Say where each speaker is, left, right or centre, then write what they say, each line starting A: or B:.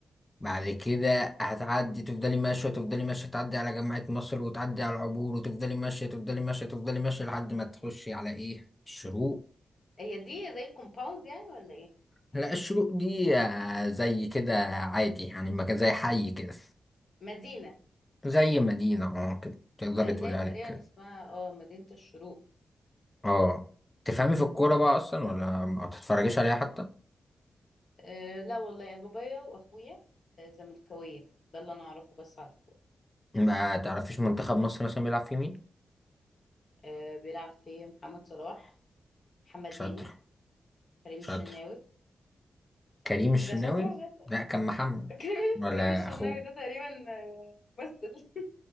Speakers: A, on the left; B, on the left.
A: بعد كده هتعدي تفضلي ماشيه تفضلي ماشيه تعدي على جامعه مصر وتعدي على العبور وتفضلي ماشيه تفضلي ماشيه تفضلي ماشيه لحد ما تخشي على ايه الشروق
B: هي دي زي الكومباوند يعني ولا ايه
A: لا الشروق دي آه، زي كده عادي يعني مكان زي حي كده
B: مدينة
A: زي مدينه اه كده تقدري
B: لان
A: تقولي
B: هي تقريبا
A: عليها كده
B: اسمها اه مدينة الشروق
A: اه تفهمي في الكورة بقى أصلا ولا ما تتفرجيش عليها حتى
B: أه لا والله يا بابايا واخويا آه، زملكاوية ده اللي انا اعرفه بس عنه
A: ما تعرفيش منتخب مصر مثلا بيلعب في مين
B: أه بيلعب في محمد صلاح محمد
A: شاطر
B: هاني كريم
A: شاطر
B: الشناوي
A: كريم الشناوي
B: إيه ده شاطرة بجد
A: لا كان محمد
B: <laughs> كريم
A: ولا
B: كريم الشناوي
A: أخوه
B: ده تقريبا آه، ممثل